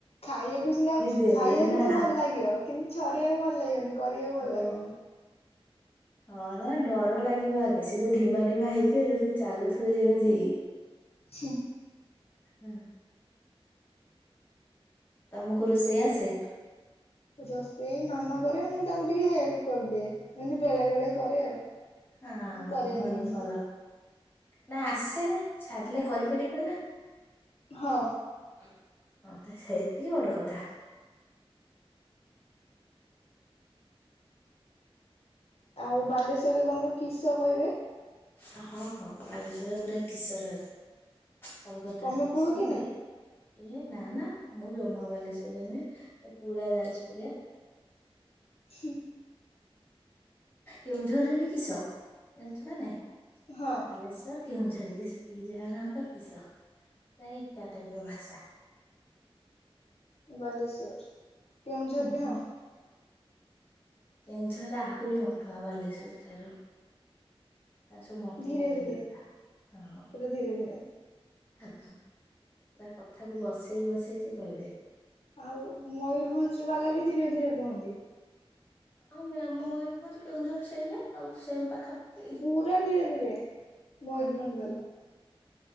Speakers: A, on the left; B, on the left.
A: ଖାଇବାକୁ ସିନା
B: ଦେଲେ
A: ଖାଇବାକୁତ
B: ନା
A: ଭଲ ଲାଗିବ କିନ୍ତୁ ଛଡ଼େଇବାକୁ ଭଲ ଲାଗିବନି। କରିବାକୁ
B: ହଁ
A: ଭଲ ଲାଗିବନି।
B: ହଁ ଦାଡର ଲାଗିବ ଆଗେ ସେଯୋଉ ଢିମା ଢିମା ହେଇଥିବେ ଯେଦିଚାଲୁଥିବେ ଯେମିତି
A: ହୁଁ।
B: ହୁଁ। ତମକୁ ରୋଷେଇ ଆସେ
A: ରୋଷେଇ ମାମା କରେ ମୁତାଙ୍କୁ ଟିକେ ହେଲ୍ପ କରିଦିଏ ଏମିତି ବେଳେ ବେଳେ କରେ ଆଉ।
B: ହଁ
A: ମୁଁ କରେନି
B: ଭଲ
A: କିନ୍ତୁ
B: ଭଲ ନାଆସେନା ଛାଡ଼ିଲେ କରିପାରିବନା?
A: ହଁ।
B: ହଁ ମତେ ସେତିକି ବଡ଼ କଥା।
A: ଆଉ ବାଲେଶ୍ୱରରେ ତମର କିସ କହିବେ।
B: ହଁ ହଁ ବାଲେଶ୍୍ୱରରେ ପୁରା କିଶୋର ସବୁ କଥାରେ
A: ତମେ
B: କିସବେ।
A: କୁହ କି
B: ଏ ନା ନା ମୁଁ ଜମା ବାଲେଶ୍ଵରରେ ନୁହେଁ ମୁପୁରା ଯାଜପୁରଆ।
A: ହୁଁ।
B: କେଉଁଝରରେବି କିସ ଜାଣିଚୁନା ନାଇଁ?
A: ହଁ।
B: ବାଲେଶ୍ୱର କେଉଁଝରିଆ ଦିଜଣଯାଙ୍କ କିଶ ପ୍ରାୟ ଏକା ଟାଇପିର ଭାଷା।
A: ବାଲେଶ୍ଵର କେଉଁଝରବି
B: ହୁଁ ହୁଁ।
A: ହଁ।
B: କେଉଁଝରରେ ଆହୁରି ମଠୁଆ ବାଲେସ୍ୱର ଠାରୁ। ତାରସବୁ ମଠେଇ
A: ଧୀରେ
B: ମଠେଇ
A: ଧୀରେ
B: କଥା ହଁ।
A: ପୁରା ଧୀରେ ଧୀରେ।
B: ହଁ ତାକଥାକୁ ବସେଇ ବସେଇ ସେକହିବେ।
A: ଆଉ ମୟୂରଭଞ୍ଜ ବାଲାବି ଧୀରେ ଧୀରେ କୁହନ୍ତି।
B: ଆଉ ମେ ମୟୂରଭଞ୍ଜ କେଉଁଝର ସେଇଆ ଆଉସେମ୍ ପାଖାପାଖି।
A: ପୁରା ଧୀରେ ଧୀରେ ମୟୂରଭଞ୍ଜ
B: ହୁଁ ହୁଁ।
A: ବାଲା।